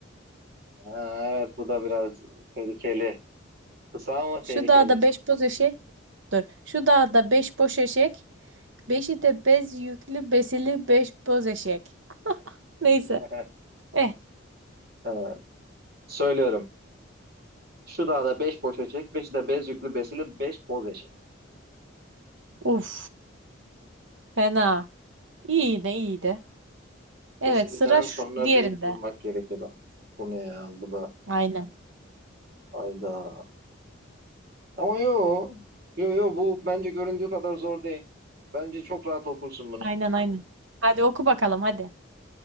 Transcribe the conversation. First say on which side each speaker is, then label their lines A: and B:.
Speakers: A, on the right (about 50°); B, on the right (about 75°).
A: Ee, Evet, bu da biraz tehlikeli. Kısa ama tehlikeli.
B: Şu dağda beş boz eşek. Dur. Şu dağda beş boş eşek. Beşi de bez yüklü besili beş boz eşek. Neyse.
A: <laughs>
B: Eh.
A: Ee, söylüyorum. Şu dağda beş boş eşek, beşi de bez yüklü, besili beş boz eşek.
B: Uf. Fena. İyiydi iyiydi. Evet
A: Besiliden
B: sıra şu,
A: sonra
B: diğerinde.
A: bir durmak gerekiyor. da. Bu ne ya? Bu da
B: Aynen.
A: ayda. Ama yo, yo yo bu bence göründüğü kadar zor değil. Bence çok rahat okursun bunu.
B: Aynen aynen. Hadi oku bakalım hadi.